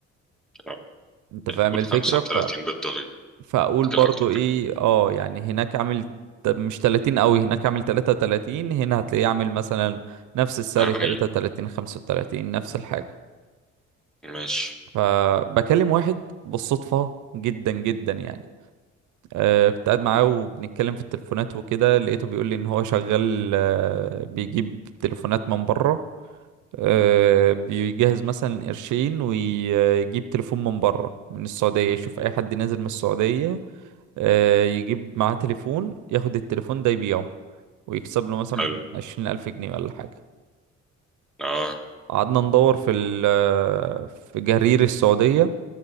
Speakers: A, in the centre; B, on the right.
A: آه،
B: انت فاهم
A: قول
B: الفكرة
A: 35
B: ف...
A: بالضريبة
B: فاقول
A: يمكن
B: برضو
A: أكتر
B: ايه اه يعني هناك عامل ت- مش 30 قوي هناك عامل 33 هنا هتلاقيه عامل مثلا نفس السعر
A: 40
B: 33 35 نفس الحاجة
A: ماشي
B: فبكلم واحد بالصدفة جدا جدا يعني آه، كنت قاعد معاه وبنتكلم في التليفونات وكده لقيته بيقول لي ان هو شغال آه، بيجيب تليفونات من بره آه، بيجهز مثلا قرشين ويجيب تليفون من بره من السعودية يشوف اي حد نازل من السعودية آه، يجيب معاه تليفون ياخد التليفون ده يبيعه ويكسب له مثلا
A: حلو
B: عشرين ألف جنيه ولا حاجة
A: اه
B: قعدنا ندور في ال آه، في جرير السعودية